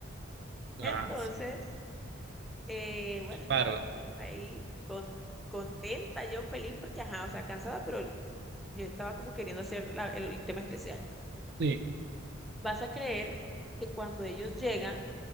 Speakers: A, in the centre; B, on the right.
A: Entonces,
B: ah,
A: eh, bueno, estábamos
B: bárbaro.
A: todos ahí con, contenta, yo feliz porque, ajá, o sea, cansada, pero yo estaba como queriendo hacer la- el, el tema especial.
B: sí.
A: Vas a creer que cuando ellos llegan,